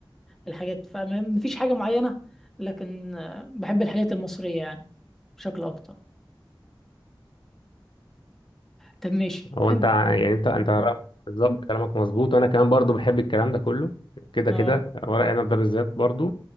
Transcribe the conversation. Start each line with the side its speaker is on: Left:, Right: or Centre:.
Centre: الحاجات فما- مفيش حاجه معينه لكن آه، بحب الحاجات المصريه يعني بشكل اكتر طب ماشي
Left: هو
Centre: انت
Left: انت ع- يعني انت انت رأيك بالظبط كلامك مظبوط وانا كمان برضو بحب الكلام ده كله كده
Centre: اه
Left: كده ورق عنب ده بالذات برضو